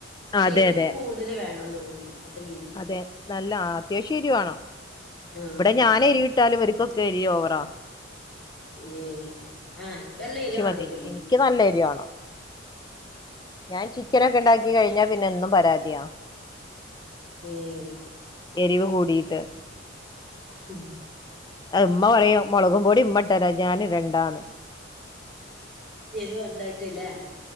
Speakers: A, in the centre; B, on the left (about 20°).
A: ശെരിവ്
B: അതെ അതെ
A: കൂടുതൽ വേണംന്ന് തോന്നുന്നുണ്ട് ഇപ്പത്തെ മീൻ
B: അതെ നല്ല അത്യാവശ്യം എരിവാ
A: ആഹ്
B: ഇവിടെ ഞാനൻ എരിവിട്ടാലും ഒക്കൊക്കെ എരിയോ അവറാ
A: ഏഹ് ആഹ് എനക്ക്ല്ല ഇരുവാണ്ടരുല്ലോ
B: മതി എനിക്ക് നല്ല എരിവാ ഞാൻ ചിക്കനൊക്കെ ഉണ്ടാക്കി കഴിഞ്ഞാ പിന്നെ എന്നും പരാതിയാ
A: <unintelligible>
B: എരിവ് കൂടിയിട്ട്
A: <unintelligible>
B: അത് ഉമ്മ പറയും മുളകുംപോടി ഇമ്മട്ടരാ ഞാൻ ഇടണ്ടാന്ന്
A: എരുവ ഉണ്ടായിട്ടല്ലേ